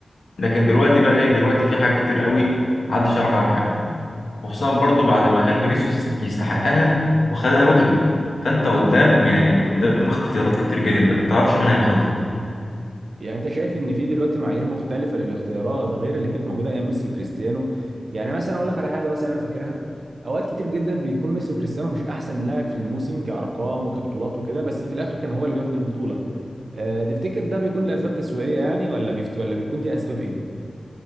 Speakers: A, on the left; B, on the right.
A: لكن دلوقتي بقى ايه دلوقتي في حاجات كتير قوي محدش يعرف عنها حاجة وخصوصا برضو بعد ما كان فينيسيوس يستحقها وخدها رودري فانت قدام يعني قدام اختيارات كتير جدا ما تعرفش مين هياخدها
B: يعني انت شايف ان في دلوقتي معايير مختلفه للاختيارات غير اللي كانت موجوده ايام ميسي وكريستيانو يعني مثلا اقول لك على حاجه مثلا انا فاكرها اوقات كتير جدا بيكون ميسي وكريستيانو مش احسن لاعب في الموسم كارقام وكبطولات وكده بس في الاخر كان هو اللي بياخد البطوله أه تفتكر ده بيكون لاسباب تسويقيه يعني ولا بيفت ولا بيكون دي اسباب ايه